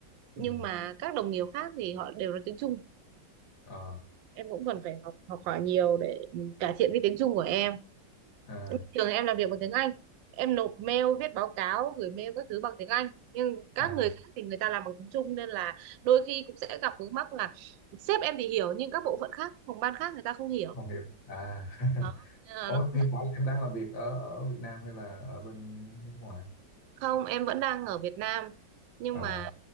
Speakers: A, on the right; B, on the left.
A: nhưng
B: ừ.
A: mà các đồng nghiệp khác thì họ đều nói tiếng Trung.
B: ờ
A: Em cũng cần phải học học hỏi nhiều để um, cải thiện cái tiếng Trung của em.
B: à
A: bình thường em làm việc bằng tiếng Anh em nộp mail viết báo cáo gửi mail các thứ bằng tiếng Anh nhưng các
B: à
A: người khác thì người ta làm bằng tiếng Trung nên là đôi khi cũng sẽ gặp vướng mắc là sếp em thì hiểu nhưng các bộ phận khác phòng ban khác người ta không hiểu
B: không hiểu à <laughs>
A: đó nên là
B: Ủa,
A: nó cũng
B: hiện
A: rất-
B: tại em đang làm việc ở ở Việt Nam hay là ở bên nước ngoài?
A: không em vẫn đang ở Việt Nam nhưng
B: À.
A: mà